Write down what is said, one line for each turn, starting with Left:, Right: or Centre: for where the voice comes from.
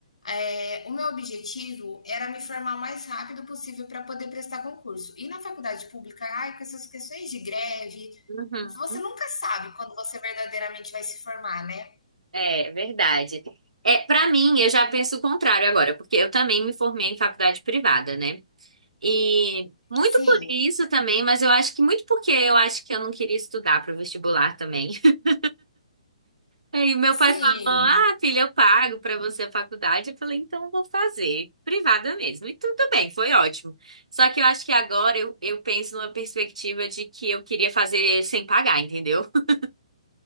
Left: é, o meu objetivo era me formar o mais rápido possível para poder prestar concurso. E na faculdade pública, ai, com essas questões de greve,
Right: Uhum.
Left: você nunca sabe quando você verdadeiramente vai se formar, né?
Right: É, verdade. É, para mim, eu já penso o contrário agora, porque eu também me formei em faculdade privada, né? E muito
Left: Sim,
Right: por isso também, mas eu acho que muito porque eu acho que eu não queria estudar para o vestibular também. <laughs> Aí meu
Left: sim.
Right: pai falou: "Ah, filha, eu pago para você a faculdade". Eu falei: "Então eu vou fazer privada mesmo". E tudo bem, foi ótimo. Só que eu acho que agora eu, eu penso numa perspectiva de que eu queria fazer sem pagar, entendeu? <laughs>